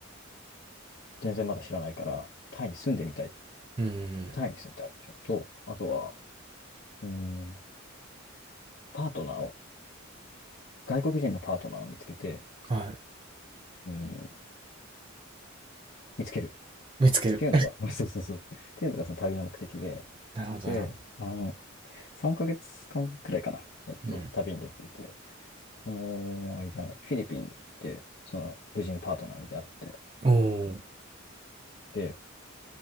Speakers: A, on the left (about 55°); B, on the right (about 25°).
A: 全然まだ知らないから、タイに住んでみたい、
B: うん、
A: タイに住みたいっていうのと、あとは、うーん、パートナーを、外国人のパートナーを見つけて、
B: はい。
A: うーん、見つける
B: 見つける。
A: っていうのが、<laughs> そうそうそう、っていうのがその旅の目的で、
B: <laughs> なるほど、
A: で、
B: なるほ
A: あの、3ヶ月間くらいかな、えっと、
B: ど。う
A: 旅に出ていて、その間、フィリピンで、その、無事にパートナーに出会って、
B: ん。おー、
A: で、